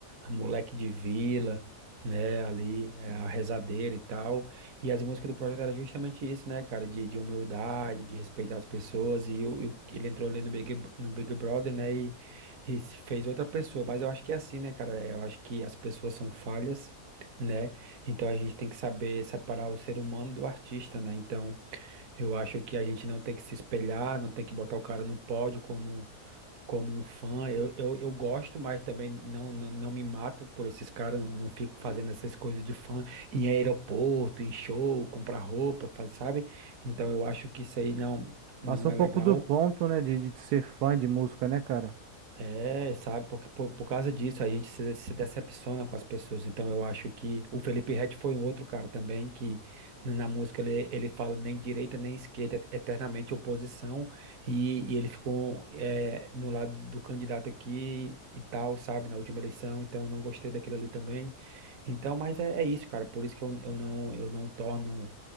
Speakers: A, on the right; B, on the right.
A: Moleque de Vila, né? Ali, é, a Rezadeira e tal. E as músicas do Projota era justamente isso, né, cara? De, de humildade, de respeitar as pessoas. E eu, eu- ele entrou ali no Big, Bro- no Big Brother, né? E, e se fez outra pessoa. Mas eu acho que é assim, né, cara? é, Eu acho que as pessoas são falhas, né? Então a gente tem que saber separar o ser humano do artista, né? Então. Eu acho que a gente não tem que se espelhar, não tem que botar o cara no pódio como, como um fã. Eu, eu, eu gosto, mas também não, não, não me mato por esses caras, não, não fico fazendo essas coisas de fã em aeroporto, em show, comprar roupa, fazer, sabe? Então eu acho que isso aí não, não
B: Passou
A: é
B: um pouco
A: legal.
B: do ponto, né, de, de ser fã de música, né, cara?
A: É, sabe, porque por, por causa disso a gente se, se decepciona com as pessoas. Então eu acho que o Felipe Ret foi um outro cara também que na música ele, ele fala nem direita nem esquerda, é eternamente oposição, e, e ele ficou é, no lado do candidato aqui e tal, sabe, na última eleição, então eu não gostei daquilo ali também. Então, mas é, é isso, cara, por isso que eu, eu não, eu não torno.